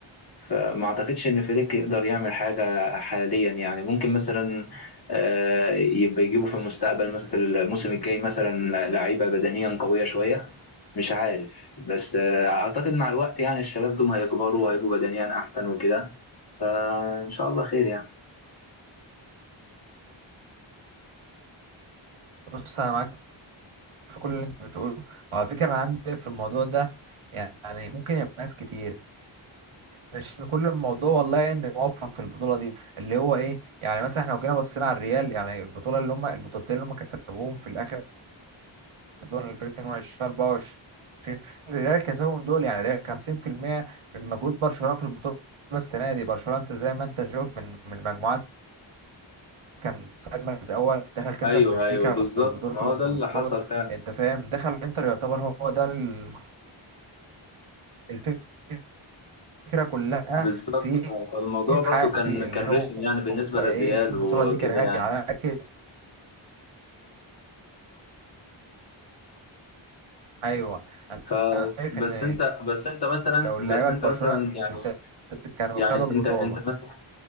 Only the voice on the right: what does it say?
بص انا معاك في كل اللي انت بتقوله وعلى فكره انا عندي في الموضوع ده يعني ممكن يكون ناس كتير مش كل الموضوع والله ان موفق في البطوله دي اللي هو ايه يعني مثلا احنا لو جينا بصينا على الريال يعني البطوله اللي هم البطولتين اللي هم كسبوهم في الاخر دول 2022 24 الريال كسبهم دول يعني الريال 50% من مجهود برشلونه في البطوله السنه دي برشلونه انت زي ما انت شايف من من المجموعات كان ساعد مركز اول دخل كسب
بنفيكا
ب- بدورتموند
بسكور
انت فاهم دخل انتر يعتبر هو ده الم- الفكره كلها
في
حاجه
في اللي
هو
ايه
البطوله
دي كرهاك
على اكل ايوه انا
شايف
ان
لو اللعيبه
برشلونه
التيشيرتات
كانوا
خدوا البطوله